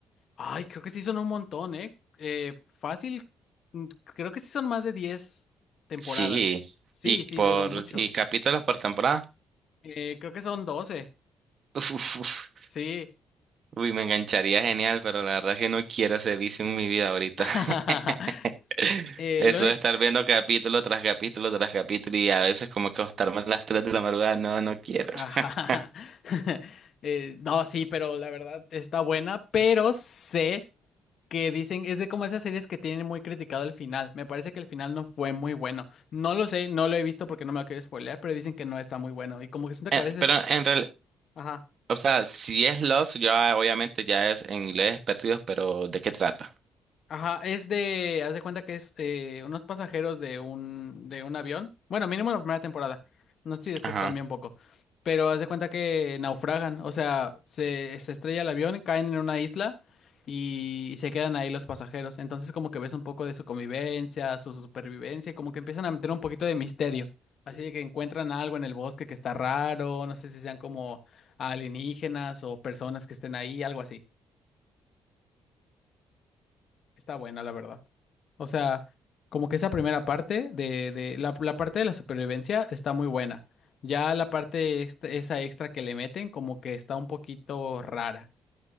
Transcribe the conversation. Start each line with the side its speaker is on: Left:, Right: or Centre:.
Left: Ay, creo que sí son un montón, ¿eh? Eh, fácil. mm, Creo que sí son más de diez temporadas.
Right: Sí.
Left: Sí,
Right: Y
Left: sí,
Right: por,
Left: duró mucho.
Right: y capítulos por temporada.
Left: Eh, creo que son doce
Right: <laughs> Uf, uf, uf.
Left: Sí.
Right: Uy, me engancharía genial, pero la verdad es que no quiero ese vicio en mi vida ahorita.
Left: <laughs>
Right: <laughs>
Left: Eh,
Right: Eso
Left: lo único...
Right: de estar viendo capítulo tras capítulo tras capítulo y a veces como que acostarme a las 3 de la madrugada, no, no quiero.
Left: Ajá.
Right: <laughs>
Left: <laughs> Eh, no, sí, pero la verdad está buena, pero sé que dicen, es de como esas series que tienen muy criticado el final. Me parece que el final no fue muy bueno. No lo sé, no lo he visto porque no me lo quiero spoilear, pero dicen que no está muy bueno. Y como que siento
Right: Eh,
Left: que a veces...
Right: Pero en realidad,
Left: Ajá.
Right: o sea, si es Lost, ya obviamente ya es en inglés perdidos, pero ¿de qué trata?
Left: Ajá, es de, haz de cuenta que es eh, unos pasajeros de un, de un avión. Bueno, mínimo la primera temporada. No sé si después
Right: Ajá,
Left: cambia un poco. Pero haz de cuenta que naufragan. O sea, se, se estrella el avión, caen en una isla y, y se quedan ahí los pasajeros. Entonces como que ves un poco de su convivencia, su supervivencia, y como que empiezan a meter un poquito de misterio. Así de que encuentran algo en el bosque que está raro, no sé si sean como alienígenas o personas que estén ahí, algo así. Está buena, la verdad. O sea, como que esa primera parte de, de la, la parte de la supervivencia está muy buena. Ya la parte extra- esa extra que le meten, como que está un poquito rara.